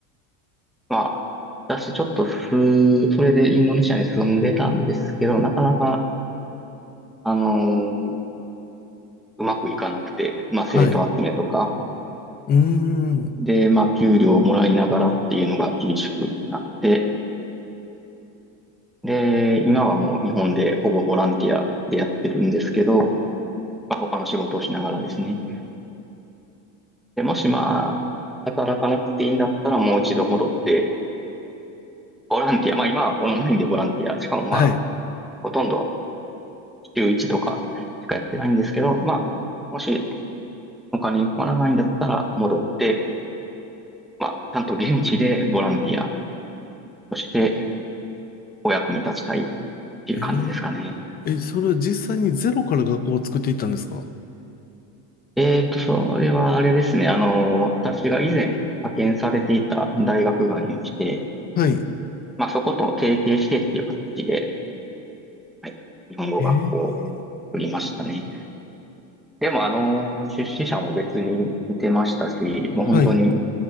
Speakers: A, in the centre; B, on the left.
A: まあ、私、ちょっとす、それでインドネシアに住んでたんですけど、なかなか、あの、うまくいかなくて、まあ、生徒集めとか、
B: はい。うーん、
A: で、まあ、給料をもらいながらっていうのが厳しくなって、で、今はもう日本でほぼボランティアでやってるんですけど、まあ、他の仕事をしながらですね。で、もしまあ、働かなくていいんだったらもう一度戻って、ボランティア、まあ今はオンラインでボランティア、しかもまあ、
B: はい。
A: ほとんど週1とかしかやってないんですけど、まあ、もしお金に困らないんだったら戻って、まあ、ちゃんと現地でボランティアとしてお役に立ちたいっていう感じですかね。
B: へえ、え、それは実際にゼロから学校を作っていったんですか
A: えーっと、それはあれですね。あの、私が以前派遣されていた大学がありまして、
B: はい。
A: まあそこと提携してっていう形で、はい、日本語学校を
B: へえ、
A: 作りましたね。でもあの、出資者も別に似てましたし、もう本当に
B: はい。